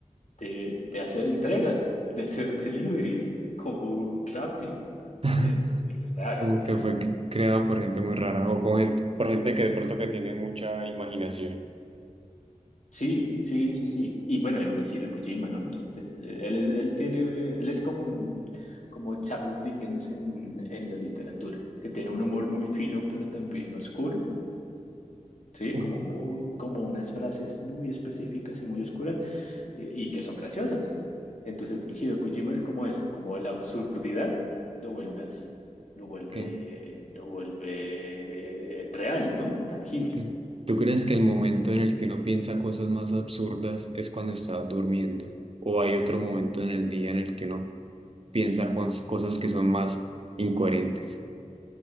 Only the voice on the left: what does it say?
de, de hacer entregas, de hacer deliveries como un Rappi.
Eh, Es raro
eso.
Sí, sí, sí, sí. Y bueno, yo me quiero Kojima, ¿no? Que Él, él, él- él tiene, él es como un, como Charles Dickens en, en la literatura, que tiene un humor muy fino, pero también oscuro. Sí,
como muy, como unas frases muy específicas y muy oscuras eh, y que son graciosas. Entonces, Hideo Kojima es como eso, como la absurdidad lo vuelve así, lo vuelve,
lo vuelve real, ¿no? Tangible.